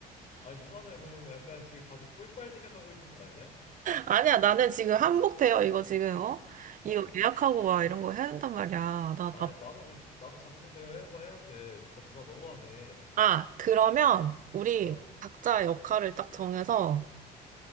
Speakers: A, on the left; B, on the right.
A: 아니 누나는 그럼 약간 지금 가서 꿀빨 생각하고 있는 거 아니야?
B: 아니야, 나는 지금 한복 대여 이거 지금, 어? 이거
A: 어.
B: 응. 예약하고 와, 이런 거 해야 된단 말이야. 나
A: 아니야
B: 밥.
A: 나도 그럼- 나도 장소 대여하고 해야 돼. 진짜 누나 너무하네.
B: 아, 그러면 우리
A: 어.
B: 각자 역할을 딱 정해서